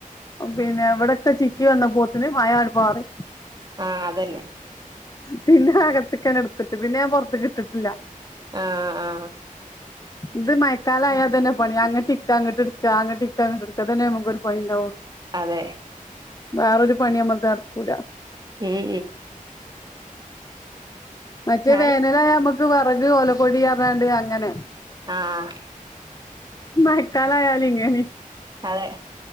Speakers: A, on the left; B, on the right.
A: പിന്നെ എവിടൊക്കെ ചിക്കി വന്ന പോത്തിന് മയ അടുപാറി
B: ആഹ് അതന്നെ
A: പിന്നെ അകത്തക്കാൻ എടുത്തിട്ട് പിന്നെ ഞാൻ പുൊറത്ത് ഇട്ടിട്ടില്ല
B: ആഹ ആഹ
A: ഇത് മയക്കാലായയാൽ തന്നെ പണി മയക്കാലമായാൽ ഇതെന്നെ പണി അങ്ങ ടിക്ക അങ്ങോട്ട് എടുക്ക അങ്ങെ ിക്ക അങ്ങട്ട് എടുക്ക തന്നെ നമുക്ക ഒരു പണി ഉണ്ടാവുന്നു
B: അതെ
A: വേറരു പണിനമ്മക്ക് നടക്കൂല
B: ഉം ഉം
A: മറ്റേ
B: ഞാനും
A: വേനലായ നമ്മക്ക് വിറക് ഓലക്കൊടി എതാണ്ട് അങ്ങനെ
B: ആഹ്
A: മഴക്കാലമായാലിങ്ങനെം
B: അതെ